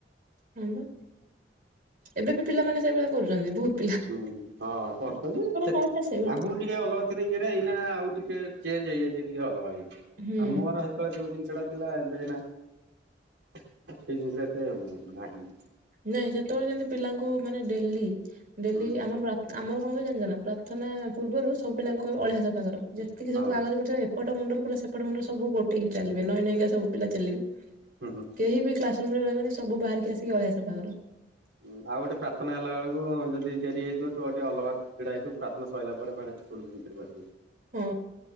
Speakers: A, on the right; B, on the right.
A: ହଁ ବା ଏବେ ବି ପିଲାମାନେ ସେଇଭଳିଆ କରୁଛନ୍ତି ବହୁତୁ
B: ହୁଁ ହଁ କରୁଛନ୍ତି ସେ
A: ଲାଇଫ ଟା ସେଇଭଳିଆ
B: ଆଗରୁ ଟିକେ ଅଲଗା ଥୀରେ ଇଏରେ ଏଇନା ଆଉ ଟିକେ ଚେଞ୍ଜ ହେଇଯାଇଛି ଟିକେ ଅଲଗା ହେଇଯାଇଛି
A: ହୁଁ।
B: ଆଉ ମୋର ହେ ସେତେବେଳେ ଯୋଉ ଜିନିଷଟା ଥିଲା ଏବେ ଏହିନା ସେଇ ଜିନିଷଟା ଏତେ ନାହିଁ।
A: ନାଇଁ ସେତେବେଳେ ଯେମିତି ପିଲାଙ୍କୁ ମାନେ ଡେଲି ଡେଲି
B: ହୁଁ
A: ଆମର ପ୍ରା ଆମର କଣ ହୁଏ ଜାଣିଛ ନା ପ୍ରାର୍ଥନା ପୂର୍ବରୁ ସବୁ ପିଲାଙ୍କୁ ଅଳିଆ ସଫାକର ଯେତିକି
B: ହଁ
A: ସବୁ କାଗଜ ପଡ଼ିଥିବ ଏପଟ ମୁଣ୍ଡର ପିଲା ସେପଟ ମୁଣ୍ଡରେ ସବୁ ଗୋଟେଈକି ଚାଲିବେ ନଇ ନଇ କା ସବୁିପିଲା ଚାଲିବେ।
B: ହୁଁ ହୁଁ।
A: କେହି ବି କ୍ଲାସରୁମରେ ରହିବନି ସବୁ ବାହାରିକି ଆସିକି ଅଳିଆ ସଫା କର।
B: ହୁଁ ଆଉ ଗୋଟେ ପ୍ରାର୍ଥନା ହେଲା ବେଳକୁ ଯଦି ଡେରି ହେଇଥିବ ତୁ ଟିକେ ଅଲଗା ଛିଡ଼ାହେଇଥିବ ପ୍ରାର୍ଥନା ସରିଲା ପରେ ଫେଣେ ସ୍କୁଲ ଭିତରକୁ ଆଶିବୁ।
A: ହୁଁ।